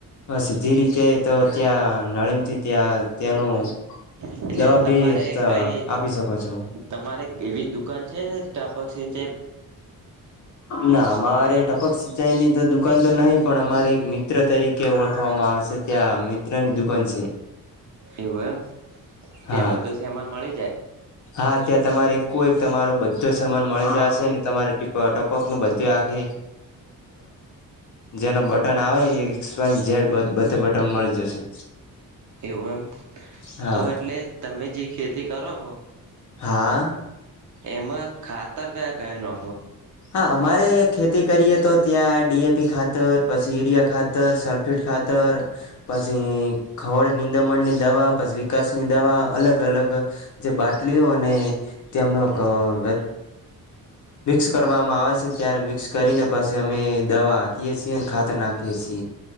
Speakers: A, on the left (about 55°); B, on the right (about 55°).
A: સીધી રીતે તો ત્યાં નળીંગથી ત્યાં ત્યાંનું
B: એટલે
A: દવા
B: તમારે
A: ભી
B: કઈ
A: આપી શકો છો
B: તમારે એવી દુકાન છે ટપક સીન
A: ના અમારે ટપક સિંચાઈ ની તો દુકાન તો નહીં પણ અમારે એક મિત્ર તરીકે ઓળખવામાં આવશે ત્યાં મિત્રનીુખ કો છેી
B: એવું એમ ત્યાં
A: હા
B: બધો સમાન મળી જાય
A: હા ત્યાં તમારે કો એક તમારો બધો સમાન મળી જશે ને તમારે ટપ ટપક નું બધું આખે જેનો બટન આવે એકન જેડ બધા બટન મળી જશે
B: એવું એમ
A: હા
B: તો એટલે તમે જે ખેતી કરો હો
A: હા
B: એમાં ખાતર કયા કયા નો
A: હા અમારે ખેતી કરીએ તો ત્યાં ડીએપી ખાતર પછી યુરિયા ખાતર સલ્ફેટ ખાતર પછી ખવડ નિંદમણની દવા પછી વિકાસની દવા અલગ અલગ જે બાટલીઓ અને તેમનો
B: એવું
A: વ વસ કરવામાં આવે છે ત્યારે મિક્સ કરીને પછી અમે દવા આખીએ છીએ ખાત નાખીએ છીએ